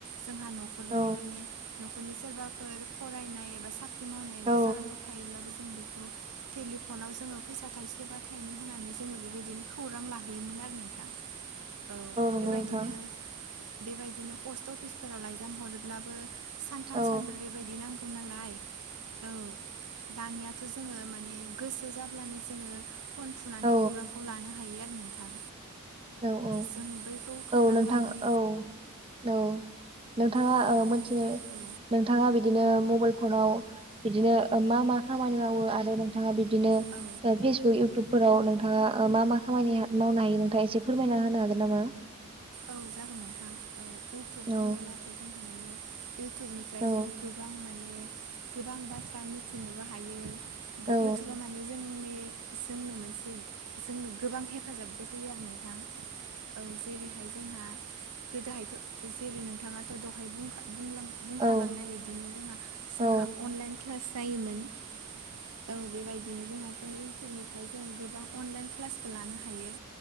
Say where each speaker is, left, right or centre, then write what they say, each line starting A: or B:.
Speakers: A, on the right; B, on the right.
A: जोंहा न'खरनि
B: औ
A: माने न'खरनि सोरबाफोर फरायनाय एबा साख्रि मावनाया गोजानाव
B: औ
A: थायोब्लाबो जों बेखौ टेलिफनाव जोङो फैसा थाइसे बा था फाइनो होनानै जोङो बेबायदिनो खौरां लाहैयोमोन आरो नोंथां। औ
B: नंगौ
A: बेबायदिनो
B: नोंथां
A: बेबायदिनो पस्ट अफिसफोराव लाइजाम हरोब्लाबो। सानथाम
B: औ
A: सानब्रै बेबायदि नांगौ नालाय औ दानिया थ' जोङो माने गोसो जाब्लानो जोङो फन थुनानै
B: औ
A: खौरांखौ लानो हायो आरो नोंथां।
B: औ औ
A: जों बैखौ खौरां
B: औ नोंथां
A: लानि
B: औ औ औ नोंथाङा
A: बेबायदि
B: ओ मोनथिनो
A: औ
B: नोंथाङा बिदिनो मबाइल फनाव बिदिनो ओ मा मा खामानि मावो आरो नोंथाङा बिदिनो
A: औ
B: ओ फेसबुक इउटुबफोराव नोंथाङा ओ मा मा खामानि मावनो हायो नोंथाङा एसे फोरमायना होनो हागोन नामा?
A: औ जागोन नोंथां औ इउटुब बोनोब्लाथ'
B: औ
A: जोंहा माने इयउटुबनिफ्राय
B: औ
A: जों गो बां माने गोबां बाथ्रा मिथिनोबो हायो
B: औ
A: उटुबा माने माने जोंनि जोंनो मोनसे जोंनो गोबां हेफाजाबबो होयो आरो नोंथां औ जेरैहाय जोंहा गोदोहायथ' जेरै नोंथाङा दहाय बुंखा बुंलां बुंखालांनाय
B: औ
A: बायदिनो जोंहा जोंहा
B: औ
A: अनलाइन क्लास जायोमोन। औ बेबायदिनो जोंहा जों इयउटुबनिफ्राय जों गोबां अनलाइन क्लासबो लानो हायो।